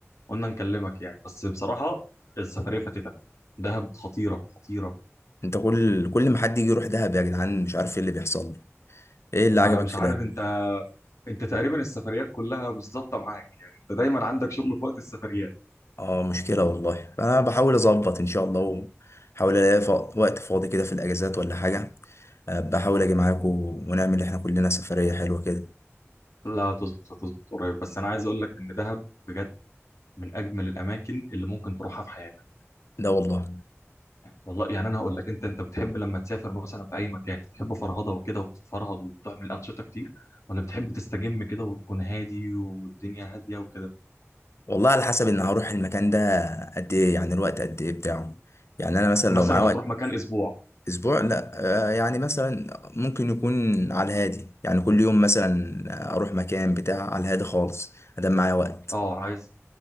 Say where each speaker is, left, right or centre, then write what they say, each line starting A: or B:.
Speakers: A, on the left; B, on the left.
A: قلنا نكلمك يعني بس بصراحه السفريه فاتتك دهب خطيره خطيره
B: انت كل كل ما حد يجي يروح دهب يا جدعان مش عارف ايه اللي بيحصل لي ايه اللي
A: ما
B: عجبك
A: انا مش
B: في
A: عارف
B: ده
A: انت انت تقريبا السفريات كلها مش ظابطه معاك يعني انت دايما عندك شغل في وقت السفريات
B: اه مشكله والله انا بحاول اظبط ان شاء الله وحاول الاقي ف- وقت فاضي كده في الاجازات ولا حاجه اه، بحاول اجي معاكم ونعمل احنا كلنا سفريه حلوه كده
A: لا هتظبط هتظبط قريب بس انا عايز اقول لك ان دهب بجد من اجمل الاماكن اللي ممكن تروحها في حياتك
B: ده والله
A: والله يعني انا هقول لك انت انت بتحب لما تسافر مثلا في اي مكان بتحب فرهضه وكده وتتفرهد وتعمل انشطه كتير ولا بتحب تستجم كده وتكون هادي والدنيا هاديه وكده
B: والله على حسب ان هروح المكان ده قد ايه يعني الوقت قد ايه بتاعه يعني انا مثلا
A: مثلا
B: لو معايا وقت
A: هتروح مكان اسبوع
B: اسبوع لا آه، يعني مثلا ممكن يكون على الهادي يعني كل يوم مثلا اروح مكان بتاع على الهادي خالص ادام معايا وقت
A: اه عايز